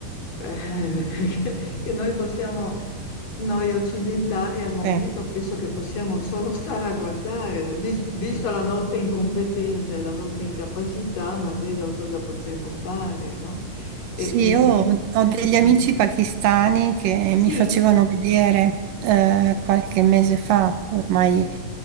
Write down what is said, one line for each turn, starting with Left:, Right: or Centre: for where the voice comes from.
Left: eh, <laughs> che- che noi possiamo, noi occidentali al momento
Right: eh.
Left: penso che possiamo solo stare a guardare, Vis- visto, la nostra incompetenza e la nostra incapacità, non vedo cosa potremmo fare, no? E,
Right: Sì,
Left: e
Right: io
Left: sen-
Right: ho ho degli amici
Left: Mm.
Right: pakistani che
Left: Sì,
Right: mi facevano vedere eh, qualche mese fa, ormai